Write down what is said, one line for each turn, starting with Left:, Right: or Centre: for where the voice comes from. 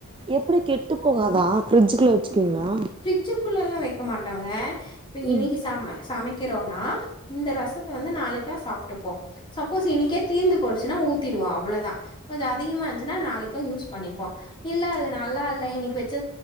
Right: எப்டி கெட்டு போகாதா ஃப்ரிஜ்ஜுக்குள்ள வச்சுப்பீங்ளா
Left: ஃப்ரிஜிக்குள்ளலா வைக்க மாட்டோங்க இப்ப இன்னிக்கி
Right: ம்
Left: சம சமை க்கிறோனா இந்த ரசத்த வந்து நாளைக்கா சாப்ட்டுப்போ சப்போஸ் இன்னக்கே தீந்து போய்டுச்சுனா ஊத்திடுவோ அவ்ளோதா கொஞ்சொ அதிகமா இருந்ச்சுனா நாளைக்கூ யூஸ் பன்னிப்போ இல்ல அது நல்லா இல்ல இன்னிக்கு வச்ச